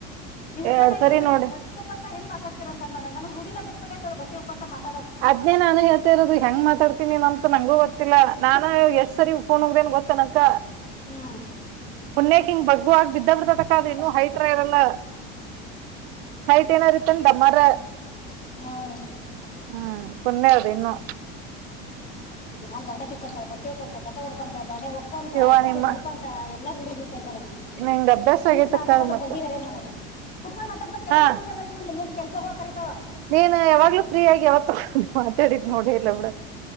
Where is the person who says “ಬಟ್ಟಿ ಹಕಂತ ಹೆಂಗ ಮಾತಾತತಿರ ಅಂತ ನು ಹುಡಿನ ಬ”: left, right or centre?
Left